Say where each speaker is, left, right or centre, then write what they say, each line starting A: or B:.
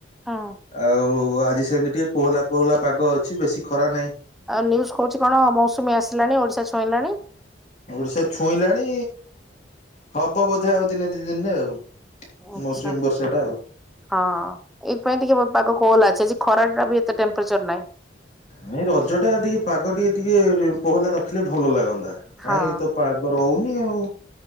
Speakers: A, in the centre; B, on the left (about 40°).
A: ହଁ
B: ଆଉ ଆଜି ସେମିତି ଟିକେ କୋହଲା କୋହଲା ପାଗ ଅଛି ବେଶୀ ଖରା ନାହିଁ।
A: ଆଉ ନ୍ୟୁଜ୍ କହୁଚି କଣ ମୌସୁମୀ ଆସିଲାଣି ଓଡିଶା ଛୁଇଁଲାଣି?
B: ଓଡିଶା ଛୁଇଁଲାଣି ହବ ବୋଧେ ଆଉ ଦିନେ ଦି ଦିନରେ ଆଉ।
A: ଆଚ୍ଛା।
B: ମୌସୁମୀ ବର୍ଷାଟା ଆଉ।
A: ହଁ ଏଇଥିପାଇଁ ଟିକେ ପାଗ କୋହଲା ଅଛି ଆଜି ଖରାଟାବି ଏତେ ଟେମ୍ପଚର ନାଇଁ।
B: ହେ ରଜଟା ଟିକେ ପାଗ ଟିକେ ଟିକେ କୋହଲା ରଖିଲେ ଭଲ ଲାଗନ୍ତା କାଇହିଁକିତ
A: ହଁ
B: ପା ରଉନି ଆଉ।